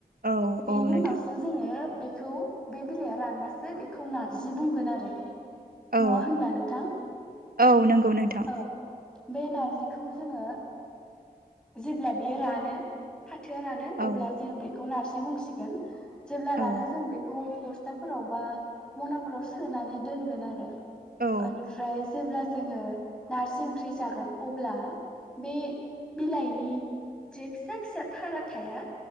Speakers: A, on the right; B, in the centre.
A: औ
B: बेनि
A: औ
B: उनावसो
A: नोंथां
B: जोङो बेखौ बे बिलाइआ रानबासो बेखौ नारजि बुंगोन आरो। न'ङा
A: औ
B: होनब्ला नोंथां
A: औ नंगौ नोंथां
B: औ। बे नारजिखौ जोङो जेब्ला बियो रानो फाथोआ रानो अब्ला
A: औ
B: जों बेखौ नारजि बुंसिगोन जेब्ला रानो
A: औ
B: जों बेखौ बस्थाफोराव बा मनाफोराव सोनानै दोनगोन आरो।
A: औ
B: ओमफ्राय जेब्ला जोङो नारजि ओंख्रि जागोन अब्ला बे बिलाइनि जे फिसा फिसा थारा थाया